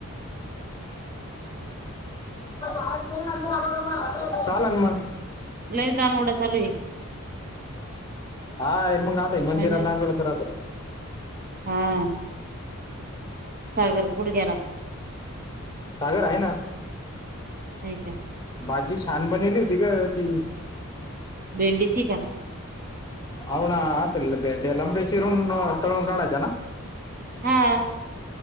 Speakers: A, on the left (about 20°); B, on the right (about 40°).
A: <unintelligible> चालन मग.
B: लईदा मोडा चालु आहे.
A: हा मग आहताय मंदिरात
B: हाय ना
A: दांगोडात राहतोत.
B: हा. सागर कुट गेला.
A: सागर आहे ना.
B: नाही का.
A: भाजी छान बनवली होती ग ती.
B: भेंडीची का.
A: हो ना असेल भेंडे लंबे चिरून तळून काढायचा ना.
B: हा.